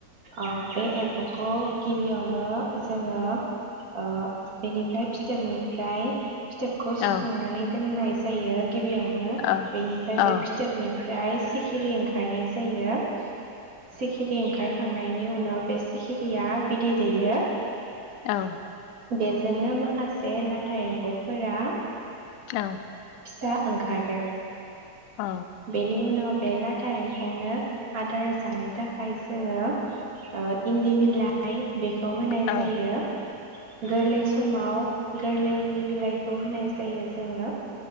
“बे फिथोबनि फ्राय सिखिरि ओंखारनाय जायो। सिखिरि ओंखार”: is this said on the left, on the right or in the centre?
Right